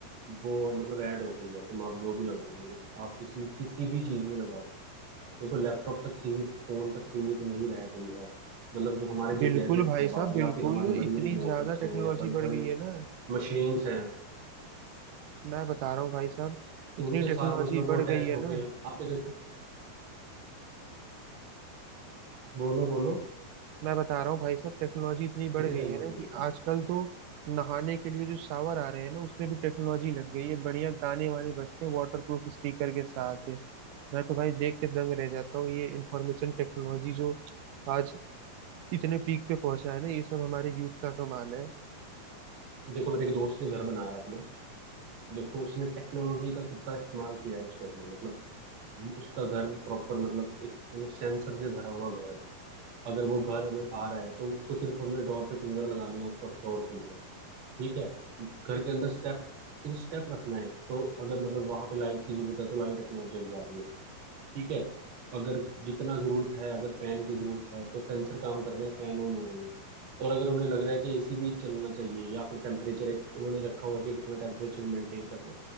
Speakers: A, on the right; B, on the right.
A: वो मतलब ऐड हो गई है तुम आप जो भी लगा लो मतलब आप किसी किसी भी चीज में लगाओ देखो लैपटॉप तक सीमित फोन तक सीमित नहीं रह गई है मतलब जो हमारे जो
B: बिल्कुल
A: गैजेट
B: भाई
A: हैं बाहर
B: साहब
A: या
B: बिल्कुल
A: फिर हमारी बड़ी
B: इतनी
A: बड़ी मोटर्स
B: ज्यादा
A: हैं
B: टेक्नोलॉजी
A: या बड़ी बड़ी
B: बढ़ गई है ना
A: मशीन्स हैं
B: मैं बता रहा हूँ भाई साहब इतनी
A: उनके साथ
B: टेक्नोलॉजी
A: मतलब वो
B: बढ़
A: अटैच
B: गई है
A: होके
B: ना
A: आप ये देखो बोलो बोलो
B: मैं बता रहा हूँ भाई साहब टेक्नोलॉजी इतनी बढ़
A: कितनी
B: गई
A: टेक्नोलॉजी
B: है ना कि
A: बढ़ गई
B: आजकल तो नहाने के लिए जो शावर आ रहे हैं ना उसमें भी टेक्नोलॉजी लग गई है बढ़िया गाने वाने बजते हैं वाटर प्रूफ स्पीकर के साथ मैं तो भाई देख के दंग रह जाता हूँ ये इंफॉर्मेशन टेक्नोलॉजी जो आज इतने पीक पे पहुंचा है ना ये सब हमारे यूथ का कमाल है
A: देखो मेरे एक दोस्त ने घर बनाया अपना देखो उसने टेक्नोलॉजी का कितना इस्तेमाल किया है उस घर में मतलब उसका घर प्रॉपर मतलब एक मतलब सेंसर से भरा हुआ घर है अगर वो घर हमें आ रहा है तो उसको सिर्फ हमने डोर पे फिंगर लगानी है उसका डोर खुल रहा है ठीक है घर के अंदर स्टेप सिर्फ स्टेप रखना है तो अगर मतलब वहां पे लाइट की जरूरत है तो लाइट अपने आप जग जा रही है ठीक है अगर जितना जरूरत है अगर फैन की जरूरत है तो सेंसर काम कर रहे हैं फैन ऑन हो रहे हैं और अगर उन्हें लग रहा है कि एसी भी चलना चाहिए या फिर टेम्परेचर एक उन्होंने रखा हुआ है कि कितना टेम्परेचर मेंटेन करना है